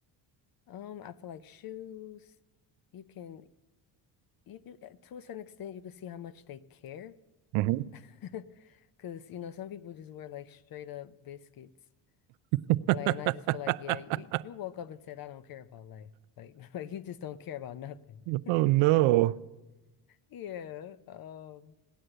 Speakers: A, on the left; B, on the right.
A: Um, I feel like shoes, you can you, you uh, to a certain extent you can see how much they care,
B: Mhm.
A: <laughs> because you know some people just wear like straight up biscuits.
B: <laughs>
A: Like, and I just feel like, yeah, you you woke up and said, I don't care about life. Like, <laughs> like you just don't care about nothing. <laughs>
B: Oh no,
A: Yeah, um,